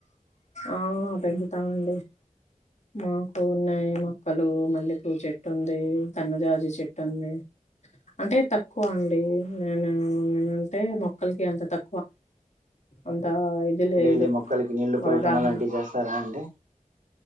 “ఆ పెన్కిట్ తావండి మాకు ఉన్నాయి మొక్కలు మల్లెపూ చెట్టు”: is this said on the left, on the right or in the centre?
Left